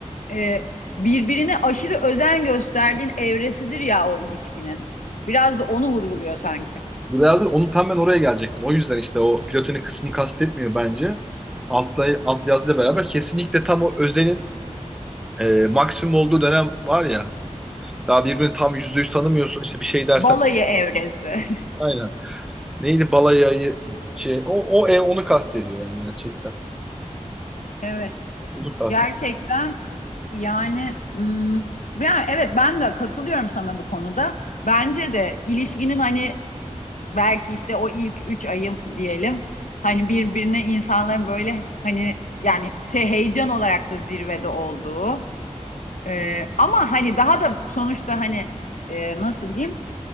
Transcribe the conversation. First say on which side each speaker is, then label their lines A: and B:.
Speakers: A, on the left; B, in the centre.
A: e, birbirine aşırı özen gösterdiğin evresidir ya o ilişkinin. Biraz da onu vurguluyor sanki.
B: Bu lazım. Onu tam ben oraya gelecektim. O yüzden işte o platonik kısmını kastetmiyor bence. Altta, alt yazıyla beraber kesinlikle tam o özenin e, maksimum olduğu dönem var ya Daha birbirini tam yüzde yüz tanımıyorsun. İşte bir şey dersen
A: Balayı evresi. <laughs>
B: aynen. Neydi balayayı şey o, o ev onu kastediyor yani gerçekten.
A: Evet.
B: Onu kast.
A: Gerçekten yani hmm, yani evet ben de katılıyorum sana bu konuda. Bence de ilişkinin hani belki işte o ilk üç ayım diyelim hani birbirine insanların böyle hani yani şey heyecan olarak da zirvede olduğu Ee, ama hani daha da sonuçta hani e, nasıl diyeyim